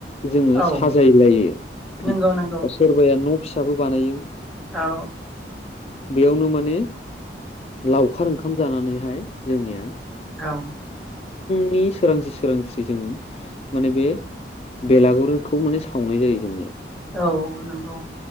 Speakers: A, on the left; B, in the centre.
A: जोङो
B: औ
A: साजायलायो
B: नंगौ नंगौ
A: सोरबाया न' फिसाबो बानायो।
B: औ
A: बेयावनो माने लावखार ओंखाम जानानैहाय जोंनिया
B: औ
A: नि सोरांस्रि सोरांस्रि जोङो माने बे बेलागुरखौ माने सावनाय जायो जोंनिया।
B: औ औ नंगौ।